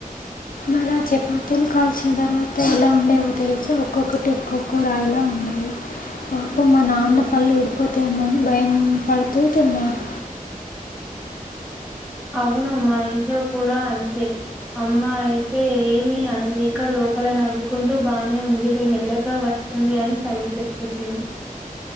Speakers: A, on the left (about 75°); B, in the centre.
A: అలా చపాతీలు కాల్చిన తర్వాత ఎలా ఉండేవో తెలిసా ఓక్ ఒక్కొక్కటి ఒక్కొక్క రాయిలా ఉండేవి పాపం మా నాన్న పళ్లు ఉడిపోతే ఏమోనని భయం పడుతూ తిన్నారు
B: అవును మా ఇంట్లో కూడా అంతే అమ్మా అయితే ఏమి అనలేక లోపల నవ్వుకుంటూ బానే ఉంది నేన్ మెల్లగా వస్ వస్తుంది అని చదివి చెప్పేసింది.